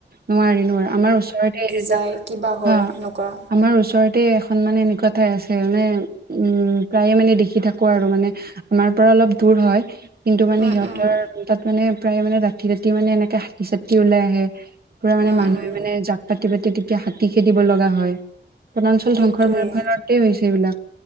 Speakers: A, on the right; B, on the right.
A: নোৱাৰি নোৱাৰি আমাৰ ওচৰতে এজাক
B: যায় কিবা হয়
A: অ,
B: সেনেকুৱা
A: আমাৰ ওচৰতে এখন মানে এনেকুৱা হয় আছে, মানে উম প্ৰায়ে মানে দেখি থাকো আৰু মানে আমাৰ পৰা অলপ দূৰ হয়। কিন্তু মানে
B: উম
A: সিহঁতৰ
B: উম
A: তাত মানে প্ৰায় মানে ৰাতি - ৰাতি মানে এনেকে হাতী চাতি ওলাই আহে। পুৰা মানে
B: উম
A: মানুহে
B: উম
A: মানে জাক পাতি পাতি তেতিয়া হাতী খেদিব লগা হয়। বনাঞ্চল
B: সেইটোৱে
A: ধ্বংসৰ হোৱাৰ ফলতে হৈছে এইবিলাক।